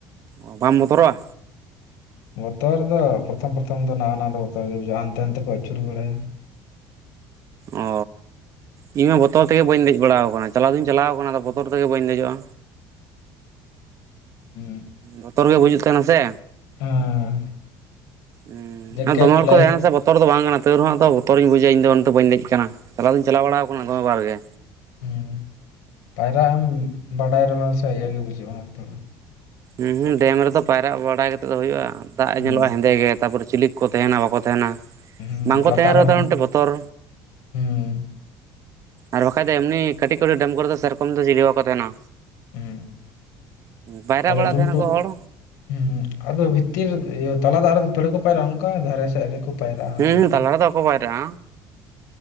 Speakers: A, on the right; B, on the left.
A: ᱚ ᱵᱟᱢ ᱵᱚᱛᱚᱨᱚᱜᱼᱟ?
B: ᱵᱚᱛᱚᱨ ᱫᱚ ᱯᱨᱚᱛᱷᱚᱢ ᱯᱨᱚᱛᱷᱚᱢ ᱫᱚ ᱱᱟᱣᱟ ᱱᱟᱣᱟ ᱫᱚ ᱵᱚᱛᱚᱨ ᱜᱮ ᱵᱩᱡᱷᱟᱹᱜᱼᱟ᱾ ᱦᱟᱱᱛᱮ ᱱᱟᱛᱮ ᱠᱚ ᱟᱹᱪᱩᱨ ᱵᱟᱲᱟᱭᱟ᱾
A: ᱚ ᱤᱧᱢᱟ ᱵᱚᱛᱚᱞ ᱛᱮᱜᱮ ᱵᱟᱹᱧ ᱫᱮᱡ ᱵᱟᱲᱟᱣ ᱟᱠᱟᱱᱟ ᱪᱟᱞᱟᱣ ᱫᱚᱧ ᱪᱟᱞᱟᱣ ᱟᱠᱟᱱᱟ ᱟᱫᱚ ᱵᱚᱛᱼᱼ ᱛᱚᱨ ᱛᱮᱜᱮ ᱵᱟᱹᱧ ᱫᱮᱡᱚᱜᱼᱟ᱾
B: ᱦᱩᱸ,
A: ᱵᱚᱛᱚᱨ ᱜᱮ ᱵᱩᱡᱩᱜ ᱛᱟᱦᱮᱱᱟ ᱥᱮ᱾
B: ᱦᱮᱸ,
A: ᱩᱸ,
B: ᱡᱮᱠᱮᱴ
A: ᱟᱨ ᱫᱚᱢᱮ ᱦᱚᱲ
B: ᱞᱟᱭᱤᱯᱷ
A: ᱠᱚ ᱛᱟᱦᱮᱱᱟ ᱥᱮ ᱵᱚᱛ <inaudible> ᱛᱚᱨ ᱫᱚ ᱵᱟᱝ ᱠᱟᱱᱟ ᱛᱟᱹᱣᱨᱮᱦᱚᱸ ᱟᱫᱚ ᱵᱚᱛᱚᱨ ᱤᱧ ᱵᱩᱡᱟ ᱤᱧᱫᱚ ᱩᱱᱟᱛᱮ ᱵᱟᱹᱧ ᱫᱮᱡ ᱟᱠᱟᱱᱟ᱾ ᱪᱟᱞᱟᱣ ᱫᱚᱧ ᱪᱟᱞᱟᱣ ᱵᱟᱲᱟᱣ ᱠᱟᱱᱟ ᱫᱚᱢᱮ ᱵᱟᱨ ᱜᱮ᱾
B: ᱩᱸ ᱯᱟᱭᱨᱟᱜ ᱮᱢ ᱵᱟᱰᱟᱭ ᱥᱮ ᱤᱭᱟᱹ ᱜᱮ ᱵᱩᱡᱩᱜ-ᱟ᱾ ᱛᱷᱚᱲᱟ
A: ᱩᱸ ᱦᱩᱸ ᱰᱮᱢ ᱨᱮᱫᱚ ᱯᱟᱭᱨᱟᱜ ᱵᱟᱲᱟᱭ ᱠᱟᱛᱮᱜ ᱫᱚ ᱦᱩᱭᱩᱜᱼᱟ, ᱫᱟᱜ
B: ᱦᱩᱸ,
A: ᱮ ᱧᱮᱞᱚᱜᱼᱟ ᱦᱮᱸᱫᱮ ᱜᱮ᱾ ᱛᱟᱯᱚᱨᱮ ᱪᱤᱞᱤᱠ ᱠᱚ ᱛᱟᱦᱮᱱᱟ ᱵᱟᱠᱚ ᱛᱟᱦᱮᱱᱟ
B: ᱦᱩᱸ,
A: ᱵᱟᱝᱠᱚ
B: ᱞᱟᱛᱟᱨ
A: ᱛᱟᱦᱮᱱ ᱨᱮᱦᱚᱸ
B: ᱦᱚᱸ
A: ᱛᱚ
B: ᱵᱟᱝ
A: ᱢᱤᱫᱴᱮᱜ ᱵᱚᱛᱚᱨ᱾
B: ᱦᱩᱸ,
A: ᱟᱨ ᱵᱟᱠᱷᱟᱡ ᱫᱚ ᱮᱢᱱᱤ ᱠᱟᱹᱴᱤᱡ ᱠᱚᱨᱮ ᱰᱮᱢ ᱠᱚᱨᱮ ᱫᱚ, ᱥᱮᱨᱚᱠᱚᱢ ᱫᱚ ᱪᱤᱞᱤ ᱦᱚᱸ ᱵᱟᱠᱚ ᱛᱟᱦᱮᱱᱟ᱾
B: ᱩᱸ
A: ᱯᱟᱭᱨᱟᱜ
B: ᱟ ᱞᱟᱹᱴᱩ
A: ᱵᱟᱲᱟᱜ ᱛᱟᱦᱮᱱᱟᱠᱚ
B: ᱞᱟᱹᱴᱩ
A: ᱦᱚᱲ
B: ᱩᱜᱸ, ᱟᱫᱚ ᱵᱷᱤᱛᱤᱨ ᱤᱭᱟᱹ ᱛᱟᱞᱟ ᱫᱟᱜ ᱨᱮᱫᱚ ᱛᱷᱚᱲᱮ ᱠᱚ ᱯᱟᱭᱨᱟᱜᱼᱟ, ᱚᱱᱠᱟ ᱫᱷᱟᱨᱮ ᱥᱮᱜ ᱨᱮᱠᱚ ᱯᱟᱭᱨᱟᱜᱼᱟ ᱟᱨᱟᱢ
A: ᱦᱩᱸ
B: ᱥᱮ᱾
A: ᱛᱟᱞᱟ ᱨᱮᱫᱚ ᱵᱟᱠᱚ ᱯᱟᱭᱨᱟᱜᱼᱟ